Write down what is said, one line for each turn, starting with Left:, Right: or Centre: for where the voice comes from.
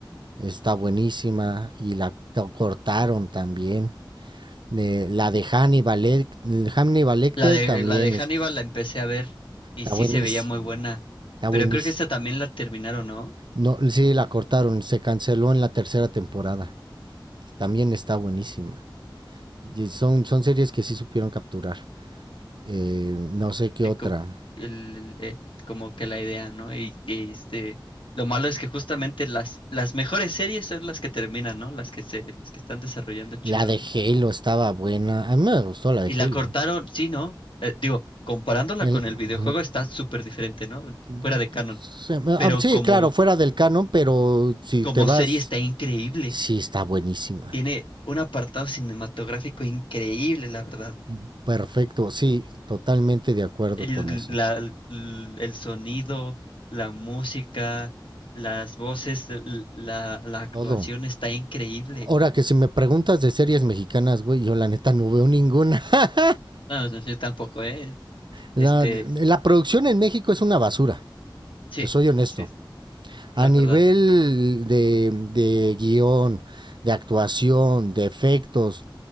Right: está buenísima y la to- cortaron también. Eh, la de Hannibal, Lec- Hannibal Lecter
Left: La de
Right: también
Left: la de
Right: es-
Left: Hannibal la empecé a ver y
Right: está
Left: sí
Right: buenísima,
Left: se veía muy buena.
Right: está buenísima.
Left: Pero creo que esta también la terminaron, ¿no?
Right: No, sí, la cortaron, se canceló en la tercera temporada. También está buenísima. Y son, son series que sí supieron capturar. Eh, no sé qué
Left: eh,
Right: otra.
Left: com- el- el- como que la idea, ¿no? Y, y, este, lo malo es que justamente las, las mejores series son las que terminan, ¿no? Las que se, las que están desarrollando chido,
Right: La de
Left: ¿no?
Right: Halo estaba buena. A mí me gustó la de
Left: Y la
Right: Halo.
Left: cortaron, sí, ¿no? Eh, digo, comparándola
Right: El-
Left: con el
Right: mm,
Left: videojuego está súper diferente, ¿no?
Right: mm,
Left: Fuera de canon.
Right: se
Left: Pero
Right: ah, sí,
Left: como,
Right: claro, fuera del canon, pero si
Left: como
Right: te vas,
Left: serie está increíble.
Right: sí está buenísima.
Left: Tiene un apartado cinematográfico increíble, la verdad.
Right: Mm, Perfecto, sí, totalmente de acuerdo
Left: el,
Right: con eso.
Left: la- l- el sonido, la música, las voces, l- la, la actuación
Right: Todo.
Left: está increíble.
Right: Ahora que si me preguntas de series mexicanas, güey, yo la neta no veo ninguna. <laughs>
Left: No, no, yo tampoco, ¿eh?
Right: La,
Left: Este,
Right: la producción en México es una basura,
Left: sí,
Right: te soy honesto.
Left: sí,
Right: A
Left: la
Right: nivel
Left: verdad.
Right: de, de guión, de actuación, de efectos,